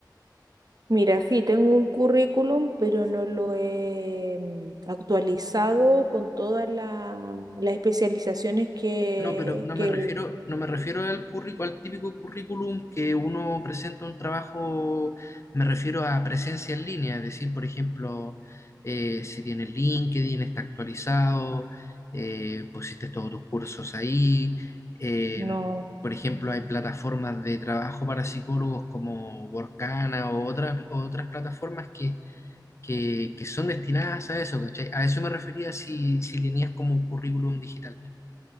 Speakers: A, on the right; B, on the left.
A: Mira, sí, tengo un currículum, pero no lo he mm, actualizado con todas la- las especializaciones que,
B: No, pero no
A: que
B: me refiero, no me refiero al currícu- al típico currículum que uno presenta un trabajo, me refiero a presencia en línea, es decir, por ejemplo, eh, si tienes LinkedIn, está actualizado, eh, pusiste todos tus cursos ahí, eh,
A: no,
B: por ejemplo, hay plataformas de trabajo para psicólogos como Workana o otras, o otras plataformas que que, que son destinadas a eso, ¿cachai? A eso me refería si, si tenías como un currículum digital.